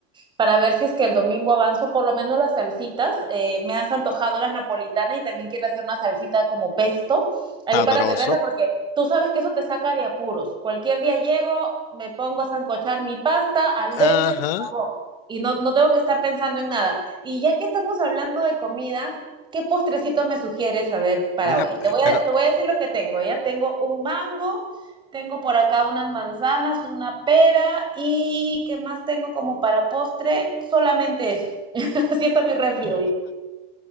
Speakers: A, on the right (about 15°); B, on the left (about 70°).
A: para ver si es que el domingo avanzo, por lo menos las salsitas. Eh, me has antojado las napolitanas y también quiero hacer una salsita como pesto ahí
B: sabroso.
A: para tenerla, porque tú sabes que eso te saca de apuros. Cualquier día llego, me pongo a sancochar mi pasta al dente,
B: Ajá.
A: se acabó. Y no, no tengo que estar pensando en nada. Y ya que estamos hablando de comida, ¿qué postrecito me sugieres a ver para
B: Mira,
A: hoy?
B: pe-
A: Te voy a,
B: pero
A: te voy a decir lo que tengo, ¿ya? Tengo un mango, tengo por acá unas manzanas, una pera y ¿qué más tengo como para postre? Solamente eso. <laughs> Así está mi refri hoy.